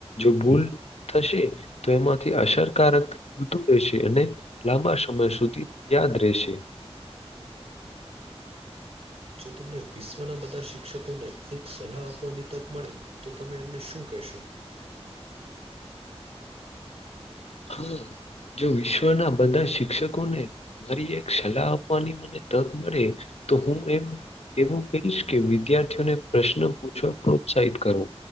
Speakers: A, on the left (about 70°); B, on the right (about 60°).
A: જો ભૂલ થશે તો એમાંથી અસરકારક વધું રહેશે અને લાંબા સમય સુધી યાદ રહેશે
B: જો તમને વિશ્વના બધા શિક્ષકોને એક સલાહ આપવાની તક મળે તો તમે એમને શું કહેશો
A: હા જો વિશ્વના બધા શિક્ષકોને મારી એક સલાહ આપવાની મને તક મળે તો હું એમ એવું કહીશ કે વિદ્યાર્થીઓને પ્રશ્ન પૂછવા પ્રોત્સાહિત કરો